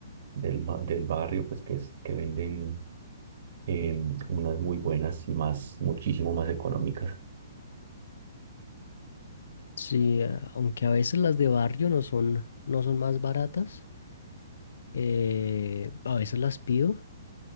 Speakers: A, on the right (about 55°); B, on the left (about 75°).
A: del, ba- del barrio pues que, es- que venden em, unas muy buenas y más, muchísimo más económicas.
B: Sí, eh, aunque a veces las de barrio no son, no son más baratas, eh, a veces las pido